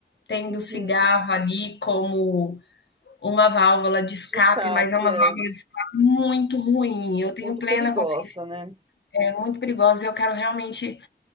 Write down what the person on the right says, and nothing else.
uhum.
de escape
é
muito
perigosa,
né?